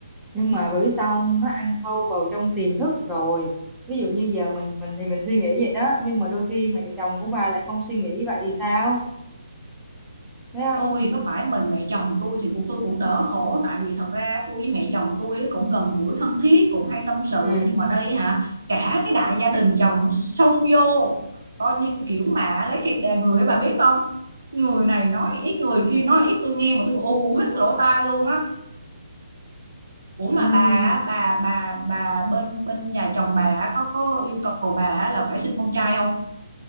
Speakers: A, in the centre; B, on the right (about 60°).
A: nhưng mà bởi vì sao không? nó ăn sâu vào trong tiềm thức rồi ví dụ như giờ mình mình thì mình suy nghĩ vậy đó nhưng mà đôi khi mẹ chồng của bà lại không suy nghĩ vậy thì sao thấy
B: Ôi
A: không
B: có phải mình mẹ chồng tôi thì cuộc tôi cũng đỡ khổ tại vì thật ra tôi với mẹ chồng tôi ấy cũng gần gũi thân thiết cũng hay tâm sự
A: ừ.
B: nhưng mà đây hả cả cái đại gia đình chồng xông vô coi như kiểu mà lấy thịt đè người ấy bà biết không người này nói ít người kia nói ít tôi nghe mà tôi ù hết cái lỗ tai luôn á Ủa mà
A: Ừ.
B: bà á, bà bà bà bên bên nhà chồng bà á, có có yêu cầu bà á là phải sinh con trai không